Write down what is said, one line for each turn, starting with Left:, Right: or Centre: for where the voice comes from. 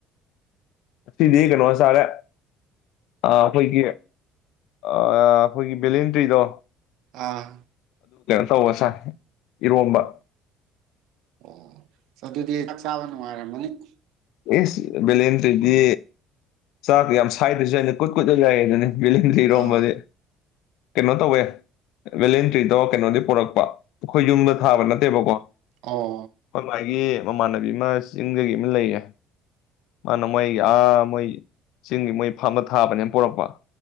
Left: ꯑꯁꯤꯗꯤ ꯀꯩꯅꯣ ꯆꯔꯦ ꯑꯩꯈꯣꯏꯒꯤ ꯑꯩꯈꯣꯏꯒꯤ ꯚꯦꯂꯦꯟꯇ꯭ꯔꯤꯗꯣ
Right: ꯑꯥ
Left: ꯇꯧ ꯁꯥꯥꯏ ꯏꯔꯣꯝꯕ
Right: ꯑꯣ ꯑꯗꯨꯗꯤ ꯆꯥꯛ ꯆꯥꯕ ꯅꯨꯡꯉꯥꯏꯔꯝꯃꯅꯤ ꯎ
Left: ꯑꯦꯁ ꯚꯦꯂꯦꯟꯇꯗ꯭ꯔꯤꯗꯤ ꯆꯥꯛ ꯌꯥꯝ ꯁꯥꯏꯗ꯭ꯔꯁꯨ ꯍꯥꯏꯅ ꯀꯨꯏꯠ ꯀꯨꯠꯂ ꯌꯥꯏ ꯑꯗꯨꯅꯤ ꯕꯦꯂꯦꯟꯗ꯭ꯔꯤ ꯏꯔꯣꯟꯕꯗꯤ
Right: ꯑꯥ
Left: ꯀꯩꯅꯣ ꯇꯧꯋꯦ ꯚꯦꯂꯦꯟꯗ꯭ꯔꯤꯗꯣ ꯀꯩꯅꯣꯗꯤ ꯄꯨꯔꯛꯄ ꯑꯩꯈꯣꯏ ꯌꯨꯝꯗ ꯊꯥꯕꯗꯤ ꯅꯠꯇꯦꯕꯀꯣ ꯑꯩꯈꯣꯏ
Right: ꯑꯣ
Left: ꯃꯥꯒꯤ ꯃꯃꯥꯟꯅꯕꯤ ꯑꯃ ꯆꯤꯡꯗꯒꯤ ꯑꯃ ꯂꯩꯌꯦ ꯃꯥꯅ ꯃꯣꯏ ꯑꯥ ꯃꯣꯏ ꯆꯤꯡ ꯃꯣꯏ ꯐꯥꯔꯝꯗ ꯊꯥꯕꯅꯦꯅ ꯄꯣꯔꯛꯄ